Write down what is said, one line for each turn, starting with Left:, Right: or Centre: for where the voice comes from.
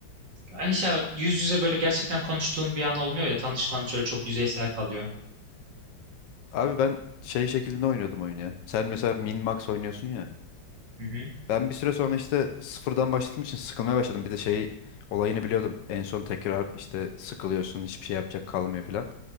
Right: Yani işte yüz yüze böyle gerçekten konuştuğun bir an olmuyor ya. Tanışman şöyle çok yüzeysel kalıyor.
Left: Abi ben şey şeklinde oynuyordum oyunu ya. Sen mesela min max oynuyorsun ya.
Right: Hı hı.
Left: Ben bir süre sonra işte sıfırdan başladığım için sıkılmaya başladım. Bir de şey olayını biliyordum. En son tekrar işte sıkılıyorsun hiçbir şey yapacak kalmıyor filan.